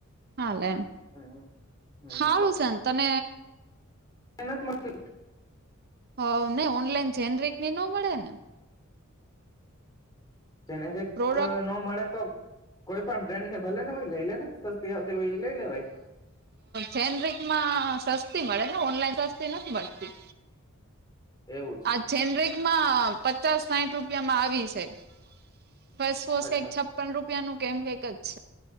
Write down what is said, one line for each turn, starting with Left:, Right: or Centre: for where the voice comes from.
Right: હાલે એમ
Left: હમ હમ
Right: હારું છેને તને.
Left: અહીંયા નથી મળતી.
Right: હ, નઈ, ઓનલાઈન જેનરેિક ની મળે ને?
Left: જેનેરિક
Right: પ્રોડક્ટ
Left: નો મળે તો, કોઈ પણ બ્રેન્ડ ને ભલેને હોય, લઈ લે ને. સસ્તી આવતી હોય, એ લઈ લેવાય.
Right: જેનરિક માં સસ્તી મળે ને, ઓનલાઈન સસ્તી નથી મળતી.
Left: એવું છે
Right: આ જેનરિક માં પચાસ-સાઠ રૂપિયામાં આવી જાય. ફેસવોશ
Left: અચ્છા
Right: કઈક છપ્પન રૂપિયા નું કેમ કઈક જ છે,